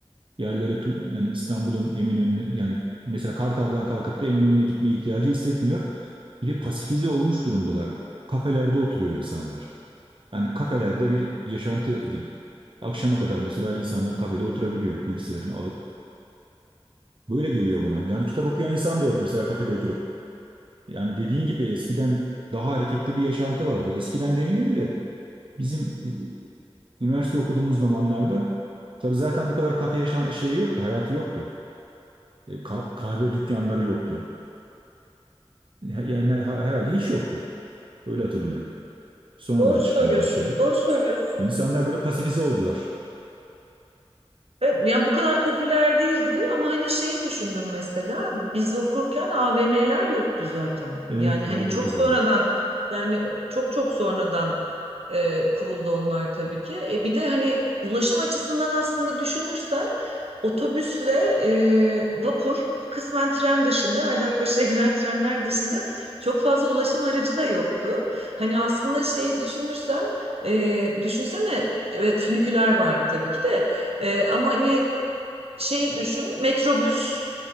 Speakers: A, on the right; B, on the right.
A: yerlere tu- yani İstanbul'un Eminönü'ne yani mesela Kartal'dan kalkıp da Eminönü'ne gitmeye ihtiyacı hissetmiyor. Bir de pasifize olmuş durumdalar. Kafelerde oturuyor insanlar. Yani kafelerde bir yaşantı gi- akşama kadar mesela insanlar kafede oturabiliyor bilgisayarını alıp. Böyle geliyor bana. Yani kitap okuyan insan da yok mesela kafede oturup. Yani dediğin gibi eskiden daha hareketli bir yaşantı vardı. Eskiden demeyelim de bizim üniversite okuduğumuz zamanlarda tabii zaten bu kadar kafe yaşa- şeyi yoktu, hayatı yoktu. E, ka- kahve dükkanları yoktu. Yani ha- herhalde hiç yoktu. Öyle hatırlıyorum. Sonradan
B: Doğru
A: çıkmaya
B: söylüyorsun.
A: başladı.
B: Doğru söylüyorsun.
A: İnsanlar böyle pasifize oldular.
B: Evet, yani bu kadar popüler değildi ama hani şeyi düşündüm mesela biz okurken AVM'ler yoktu zaten.
A: Evet
B: Yani
A: doğru
B: hani çok
A: o da
B: sonradan
A: doğru.
B: yani çok çok sonradan e, kuruldu onlar tabii ki. E, bir de hani ulaşım açısından aslında düşünürsen otobüsle e, vapur kısmen tren dışında Haydarpaşa'ya giden <laughs> trenler dışında çok fazla ulaşım aracı da yoktu. Hani aslında şeyi düşünürsen e, düşünsene evet füniküler vardı tabii ki de. Ee, ama hani şeyi düşün, metrobüs